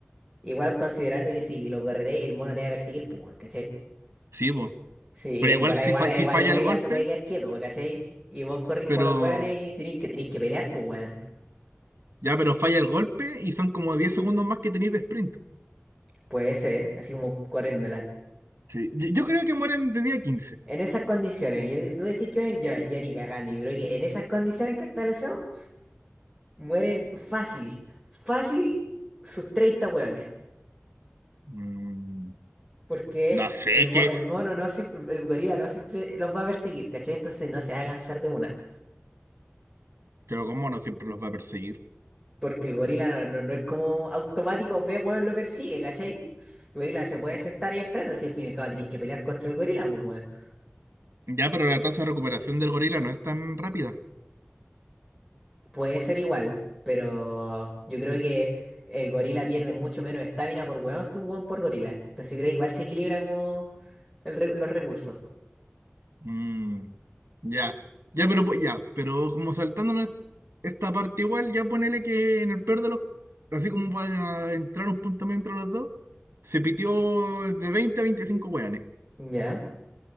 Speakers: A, in the centre; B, on the right.
A: Igual considerando que si lo correteas, el mono te va a perseguir, pues, weón, ¿cachai?
B: Sí, pues.
A: Sí,
B: Pero
A: en
B: igual
A: bola,
B: si,
A: igual,
B: fa- si
A: igual
B: falla
A: el gorila
B: el golpe,
A: se puede quedar quieto, pues, ¿cachai? Y vos corrís
B: pero.
A: con los weones y tenéis que, tenéis que pelear, pues, weón.
B: Ya, pero falla el golpe y son como 10 segundos más que tenéis de sprint.
A: Puede ser, así como corriéndola.
B: Sí. Yo, yo creo que mueren de día quince
A: En esas condiciones, y tú decís que mueren, yo, yo ni cagando, yo creo que en esas condiciones que establecemos, mueren fácil, fácil sus 30 weones.
B: Mm,
A: porque
B: no sé,
A: el, mo-
B: que.
A: el mono no siempre, el gorila no siempre los va a perseguir, ¿cachai? Entonces no se va a cansar de una.
B: Pero como no siempre los va a perseguir.
A: Porque el gorila no, no, no es como automático, ve, weón, lo persigue, ¿cachai? El gorila se puede sentar y esperando, si al fin y al cabo tenéis que pelear contra el gorila, pues, weón.
B: Ya, pero la tasa de recuperación del gorila no es tan rápida.
A: Puede ser igual, pero yo creo que el gorila pierde mucho menos estamina por weón que un weón por gorila. Entonces yo creo que igual se equilibra como el re- los recursos.
B: Mm, ya, ya, pero po- ya, pero como saltándonos esta parte igual, ya ponele que en el peor de los, así como para entrar un punto medio entre los dos, se pitió de 20 a 25 hueones,
A: Ya.